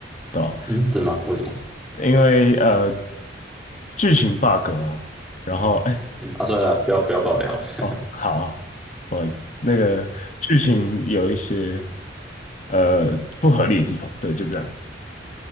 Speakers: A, on the left (about 40°); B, in the centre.
A: 的哦，
B: 嗯，真的吗？为什么？
A: 对啊因为呃剧情 bug 哦，然后哎
B: 嗯，啊，算了啦，不要不要爆雷好了，<laughs>
A: 哦好啊，不好意思，那个剧情有一些呃不合理的地方，对，就这样，